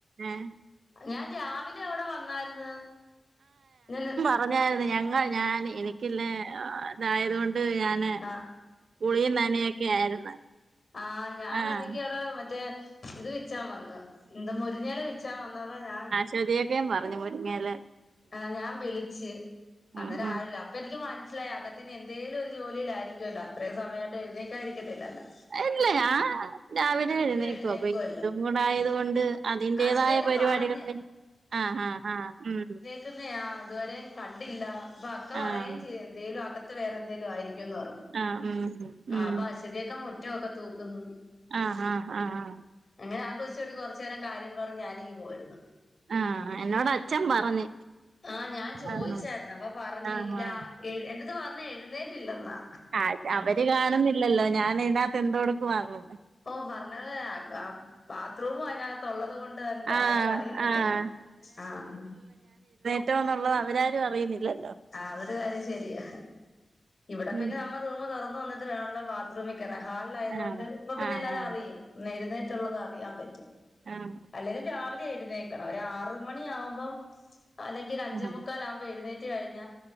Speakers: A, on the right; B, on the left.
A: ഏയ്
B: ഞാൻ രാവിലെ അവിടെ വന്നായിന്ന് ഞൻ
A: അഞ ഞങ്ങൾ ഞാൻ എനിക്കില്ല ഇതായത് കൊണ്ട് ഞാൻ അങ്ങനെ
B: ആ
A: കുളിയും തനൊക്കെ ആയിരുന്നു
B: ആ് ഞാനാന്നെങ്കി
A: ആഹ്
B: അവ്ടെ മറ്റേ ഇത് വിച്ചാൻ വന്ന് എന്ത മുരിഞ്ഞയെല വെച്ച നന്നാവ ഞാൻ
A: ചെരിയേക്ക പറഞ്ഞു മുരിങ്ങയില
B: ആഹ് ഞാൻ വിളിച്ച് അന്നേരം
A: ഉം ഉം
B: ആരുല്ല അപ്പ എനിക്ക് മനസ്സിലായി അകത്തത്തിനി എന്തേലും ഒരു ജോലിയിലായിരിക്കല്ലോ അത്രയും സമയമായിട്ട് എഴുന്നേക്കായിരിക്കത്തില്ലല്ലൊ
A: അല്ലേ ആഹ് രാവിലെ എഴുന്നേക്കും
B: എഴുന്നേക്കുവല്ലോ
A: അപ്പൊ ഇതും കൂടൊയത് കൊണ്ട് അതിന്റേതായ
B: ആശുതൊക്കെ
A: പരുപാടികൾ
B: പറഞ്ഞ്
A: ആഹ് ആഹ് ആഹ് ഉം
B: ക്ക്ന്നയ ഇതുവരെ കണ്ടില്ല അപ്പൊ അക്ക പറയും
A: ആഹ്
B: ചെയ്ത് എന്തേലും അകത്ത് വേറെ എന്തേലും ആയിരിക്കും ന്ന് പറഞ്ഞു
A: ആഹ് ഉം
B: ആഹ്
A: ഉം
B: അപ്പൊ അശ്വതിയൊക്ക മുറ്റവൊക്കെ തൂക്കുന്നു
A: ആഹ് ആഹ് ആഹ്
B: അങ്ങനെ ആഘോഷിച്ച്ട്ട് കൊറ്ച്ചേരം കാര്യം പർഞ് ഞാനിങ്ങ് പോര്ന്ന്
A: ആഹ് എന്നോട അച്ഛൻ പറഞ്ഞ്
B: ആഹ് ഞാൻ ചോതിച്ചാര്ന്ന്
A: ആഹ്
B: അപ്പ പറഞ്ഞ്
A: ആഹ്
B: ഇല്ല എന്ത്ത്ത് പർഞ്ഞ് എഴുന്നേറ്റില്ലന്നാ
A: ആഹ് അവര് കാണുന്നില്ലല്ലൊ ഞാൻ ഇതിനകത്ത് എന്തൊട്ക്ക വാങ്ങ
B: ഓഹ് പർഞ്ഞത് ബാത്റൂം അതിനകത്ത ഉള്ളത് കൊണ്ട് അങ്ങക്
A: ആഹ്
B: ആരിം അറിയുന്നില്ലല്ലൊ
A: ആഹ്
B: ആഹ്
A: റ്റോ ന്നുള്ളത് അവരാരും അറിയുന്നില്ലല്ലൊ
B: ആഹ് അതൊരു കാര്യം ശരിയാ ഇവ്ടെ
A: ഉം
B: പിന്നെ നമ്മ റൂമ് തൊറന്ന് വന്നിട്ട് കാണാനുള്ള ശ്രമിക്കറ ഹാള്ലായതുകൊണ്ട്
A: ആഹ്
B: ഇപ്പൊ പിന്നെ
A: ആഹ്
B: എല്ലാരും അറിയും നേരുന്നേറ്റുള്ളത് അറിയാൻ പറ്റും
A: ആഹ്
B: അല്ലെരും രാവിലെ എഴുന്നേക്കണം ഒരു ആറ് മണിയാവുമ്പൊ അല്ലെങ്കി ഒരഞ്ചേ
A: ആഹ്
B: മുക്കാൽ ആകുമ്പോ എഴുന്നേ പ കഴിഞ്ഞ